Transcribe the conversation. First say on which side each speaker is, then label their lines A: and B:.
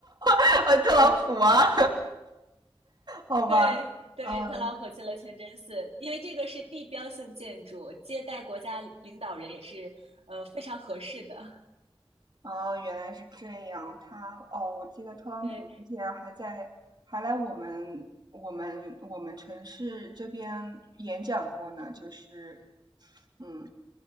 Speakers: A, on the right; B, on the right.
A: 哦，特朗普啊，好吧，
B: 对对，
A: 嗯，
B: 特朗普去了清真寺，因为这个是地标性建筑，接待国家领领导人也是呃非常合适的。
A: 哦，原来是这样，他，哦，我记得特朗普之前还在，
B: 对，
A: 还来我们我们我们城市这边演讲过呢，
B: 嗯，
A: 就是，嗯，